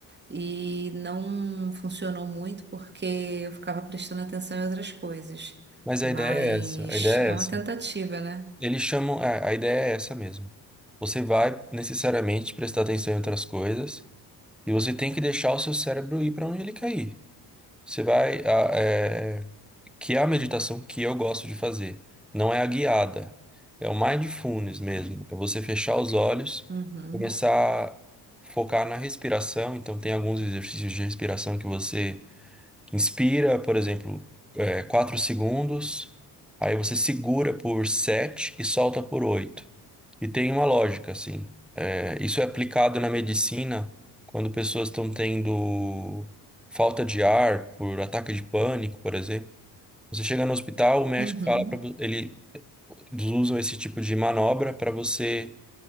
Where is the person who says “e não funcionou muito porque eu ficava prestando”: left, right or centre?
Right